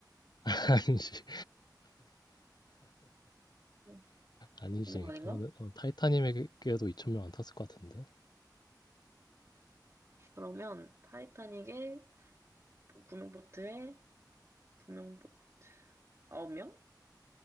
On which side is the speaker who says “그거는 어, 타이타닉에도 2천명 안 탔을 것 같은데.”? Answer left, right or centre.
Left